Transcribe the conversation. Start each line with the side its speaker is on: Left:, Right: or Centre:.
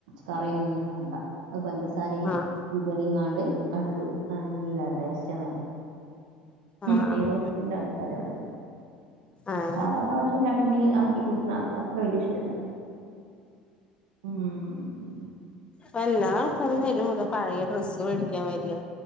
Right: കറി ഒന്നും വേണ്ട അ പഞ്ചസാരയും
Left: ആഹ്
Right: വിതറിങ്ങാണ്ട് അടടും നല്ല ടേസ്റ്റ്ന്നറിം
Left: ആഹ്
Right: നെയ്‌റോസ്റ്റിന്റെ ആൾക്കാര ഇവടെ
Left: ആഹ്
Right: സാധാ ദോശ ചട്നി ആക്കി കൂട്ടണ അത്ര വല്യ ഇഷ്ടല്ല. ഉം ഉ
Left: വല്ലാ ആക്കാരും വരുംടെ പഴയ ഡ്രസ്സ്‌ വേടിക്കാൻവര